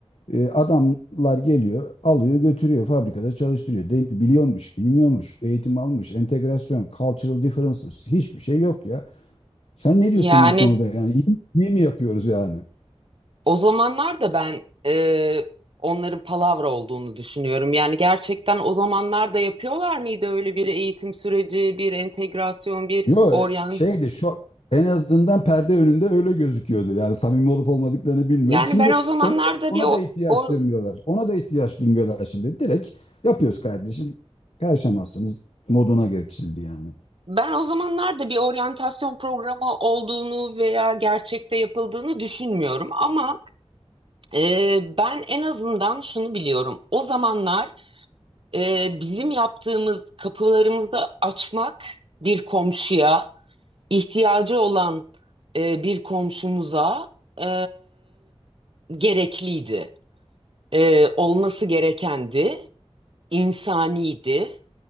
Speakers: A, on the left; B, on the right.
A: e, adamlar geliyor alıyor götürüyor fabrikada çalıştırıyor. Değil, biliyormuş bilmiyormuş eğitim almış entegrasyon cultural differences hiçbir şey yok ya. Sen ne
B: Yani
A: diyorsun bu konuda yani iyi, iyi mi yapıyoruz yani?
B: o zamanlar da ben e, onların palavra olduğunu düşünüyorum. Yani gerçekten o zamanlar da yapıyorlar mıydı öyle bir eğitim süreci, bir entegrasyon, bir
A: Yo
B: oryan?
A: şeydi şu en azından perde önünde öyle gözüküyordu. Yani samimi olup olmadıklarını bilmiyorum.
B: Yani
A: Şimdi
B: ben o zamanlarda
A: ona da, ona
B: bir o,
A: da ihtiyaç
B: o-
A: duymuyorlar. Ona da ihtiyaç duymuyorlar şimdi. Direkt yapıyoruz kardeşim. Karışamazsınız moduna geçildi yani.
B: ben o zamanlarda bir oryantasyon programı olduğunu veya gerçekte yapıldığını düşünmüyorum. Ama e, ben en azından şunu biliyorum. O zamanlar e, bizim yaptığımız kapılarımızı açmak bir komşuya. ihtiyacı olan e, bir komşumuza e, gerekliydi. E, olması gerekendi, insaniydi,